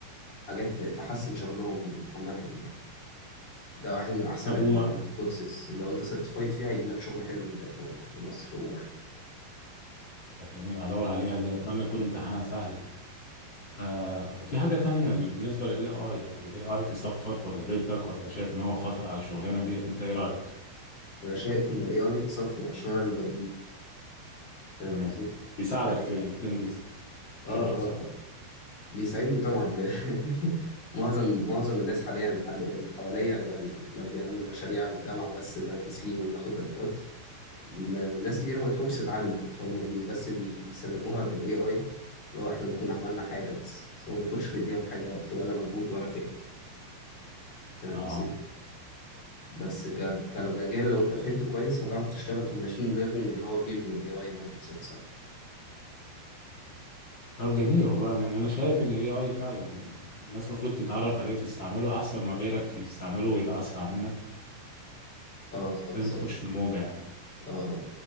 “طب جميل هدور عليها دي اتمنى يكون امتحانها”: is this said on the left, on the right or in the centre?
Left